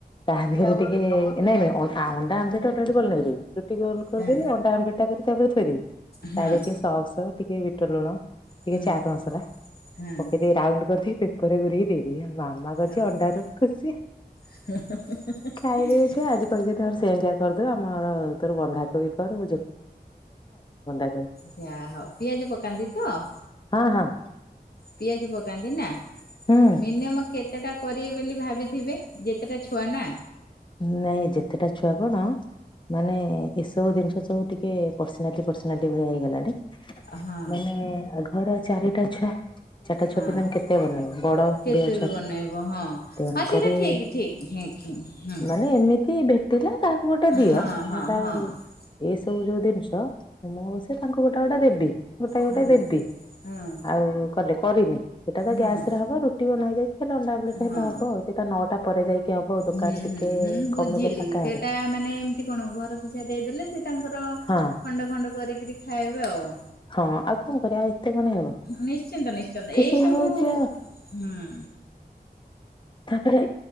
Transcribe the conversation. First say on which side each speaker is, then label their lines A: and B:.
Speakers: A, on the left; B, on the left.
A: ତା ଦେହରେ ଟିକେ ନାଇଁ ନାଇଁ ଅ - ଅଣ୍ଡା ଆମଲେଟ୍ ଗୋଟେ ବନେଇ ଦେବି। ରୁଟି ଗୋଲ କରିଦେବି
B: ହଁ।
A: ଅଣ୍ଡା ଆମଲେଟ୍ ତା ଉପରେ ଥୋଇଦବି ତା
B: ହଁ
A: ଦେହରେ ଟିକେ ସକ୍ସ, ଟିକେ ବିଟ ଲୁଣ, ଟିକେ
B: ହୁଁ
A: ଚାଟ୍ ମସଲା
B: ହଁ
A: ପକେଇ ଦେଇ ରାଉଣ୍ଡ କରିଦେଇ ପେପରରେ ଗୁରେଇ ଦେଇ ଦେବି ମାମା କରିଛି
B: ଓହୋ
A: ଅଣ୍ଡାରୁୁ ଖୁସି।
B: <inaudible>
A: ଖାଇଦେବେ ଛୁଆ ଆଜି କହିଛନ୍ତି ଆମର ସେମିତିଆ କରିଦବୁ ଆମର ତୋର ବନ୍ଧା ବି କରୁ <unintelligible>
B: ଯା ହଉ ପିଆଜ ପକାନ୍ତି ତ?
A: ହଁ ହଁ।
B: ପିଆଜ ପକାନ୍ତି ନା।
A: ହୁଁ
B: ମିନିୟମ କେତେଟା କରିବେ ବୋଲି ଭାବିଥିବେ? ଯେତେଟା ଛୁଆ ନା।
A: ନାଇଁ ଯେତେଟା ଛୁଆ କଣ ମାନେ ଏସବୁ ଜିନିଷ ସବୁ ଟିକେ ପର୍ସନାଲିଟି ପର୍ସନାଲିଟି ଭଳିଆ ହେଇଗଲାଣି।
B: ହଁ
A: ମାନେ ଘର ଚାରିଟା ଛୁଆ। ଚାରିଟା
B: ହଁ
A: ଛୁଆ ପିଲାଙ୍କୁ କେତେ ବନେଇବ ବଡ
B: କେତେ
A: ବି ଅଛନ୍ତି
B: ବନେଇବ ହଁ
A: ତେଣୁ
B: ହଁ ସେଇଟା
A: କରି
B: <inaudible> ହଁ।
A: ନାଇଁ ଏମିତି ଭେଟିଲା କାହାକୁ ଗୋଟେ ଦିଅ
B: ହଁ ହଁ
A: ନ ତାଉ
B: ହଁ
A: ଏଇ ସବୁ ଯୋଉ ଜିନିଷ ମୁଁ ବ ସେ ତାଙ୍କୁ ଗୋଟେ ଗୋଟେ ଦେବି ଗୋଟା
B: ହଁ ହଁ
A: ଗୋଟେ ଦେବି
B: ହଁ
A: ଆଉ କଲେ କରିନି। ସେଇଟା ତ
B: ହଁ
A: ଗ୍ୟାସ ରେ ହବ ରୁଟି ବବା ହେଇ ଯାଇଛି ହେଲେ ଅଣ୍ଡା ବଲେଟ ହେଲେ
B: ହଁ
A: ହବ ସେଇଟା ନଅଟା ପରେ ଯାଇକି ହବ। ଦୋକାନ
B: ହୁଁ
A: ଟିକେ
B: ହୁଁ ହୁଁ ବୁଝିଲି
A: କମିଲେ ଫାଙ୍କା
B: ସେଟା
A: ହେଲେ
B: ମାନେ ଏମତି କଣ ଘର ପିଛା ଦେଇଦେଲେ ସେ ତାଙ୍କର।
A: ହଁ
B: ଖଣ୍ଡ ଖଣ୍ଡ କରିକରି ଖାଇବେ ଆଉ।
A: ହଁ ଆଉ କଣ କରିବା। ଏତେ କଣ ହେବ
B: ନିଶ୍ଚିନ୍ତ ନିଶ୍ଚିନ୍ତ
A: ସେ
B: ଏଇ
A: ସେଇଆ
B: ସବୁ
A: ହଉଛି ଆଉ
B: ହୁଁ।
A: ତାପରେ